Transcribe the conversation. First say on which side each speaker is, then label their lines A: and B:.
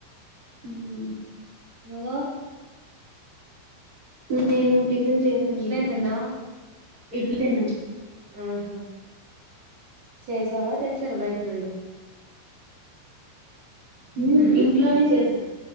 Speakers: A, on the right (about 35°); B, on the right (about 55°).
A: ఉమ్
B: నువ్వో
A: నేను టిఫిన్ చేసాను ఇడ్లీ తిన్
B: తిన్నావ్
A: ఇడ్లీ తిన్నాను
B: ఆహా చేసావా తెచ్చార బయటి నుండి
A: ఉమ్
B: మ్మ్
A: ఇంట్లోనే చేసా